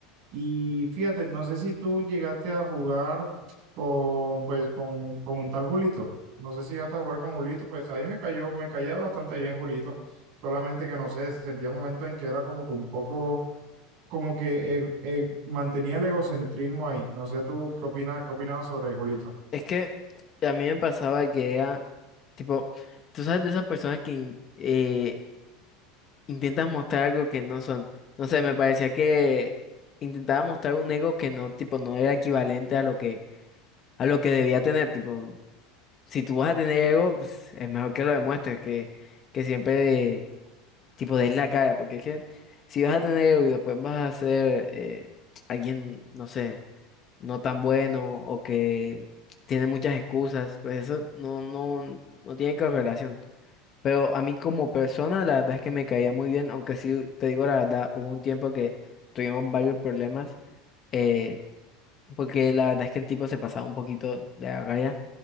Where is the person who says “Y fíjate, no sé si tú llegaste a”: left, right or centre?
Right